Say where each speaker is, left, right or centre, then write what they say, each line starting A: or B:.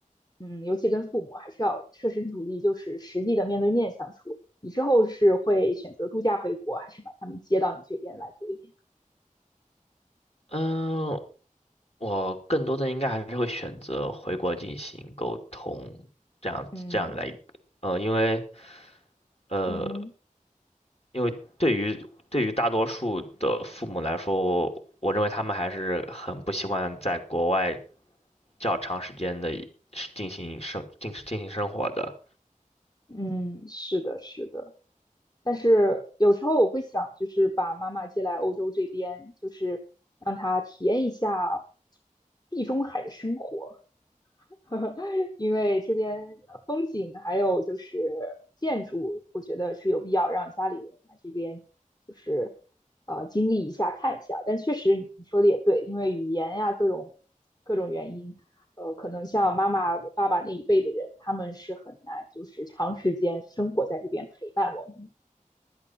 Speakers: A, on the left; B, on the left.
A: 嗯，尤其跟父母还是要设身处地，就是实际的面对面相处。你之后是会选择度假回国，还是把他们接到你这边来多一点？
B: 嗯，我更多的应该还是会选择回国进行沟通，这样这样来，
A: 嗯
B: 呃，因为呃，
A: 嗯
B: 因为对于对于大多数的父母来说，我认为他们还是很不习惯在国外较长时间的进行生进进行生活的。
A: 嗯，是的，是的。但是有时候我会想，就是把妈妈接来欧洲这边，就是让她体验一下地中海的生活。<laughs> 因为这边呃风景还有就是建筑，我觉得是有必要让家里人来这边，就是呃经历一下、看一下。但确实你说的也对，因为语言呀各种各种原因，呃，可能像妈妈、爸爸那一辈的人，他们是很难就是长时间生活在这边陪伴我们